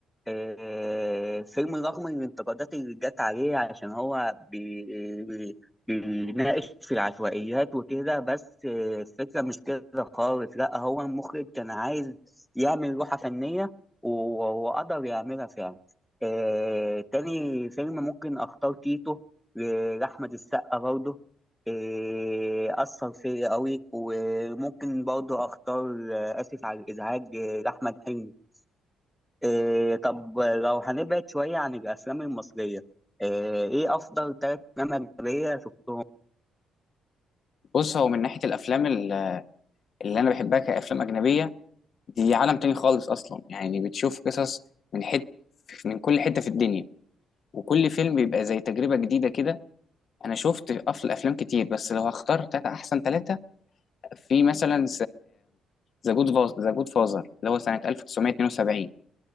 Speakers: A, in the centre; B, on the left (about 55°).
A: آه، فيلم رغم الانتقادات اللي جت عليه عشان هو بي- بيناقش في العشوائيات وكده بس آه، الفكرة مش كده خالص لا هو المخرج كان عايز يعمل لوحة فنية و- وقدر يعملها فعلا آه، تاني فيلم ممكن أختار تيتو ل- لأحمد السقا برضه آه، أثر فيا قوي وممكن برضه أختار آسف على الإزعاج آه، لأحمد حلمي إيه طب لو هنبعد شوية عن الأفلام المصرية إيه إيه أفضل ثلاث أفلام أجنبية شفتهم؟
B: بص هو من ناحيه الافلام ال- اللي انا بحبها كافلام اجنبيه دي عالم تاني خالص اصلا يعني بتشوف قصص من حت من كل حته في الدنيا وكل فيلم بيبقى زي تجربه جديده كده انا شفت أف- افلام كتير بس لو هختار تلاتة احسن ثلاثه في مثلا ذا جود ذا جود فازر اللي هو سنة 1972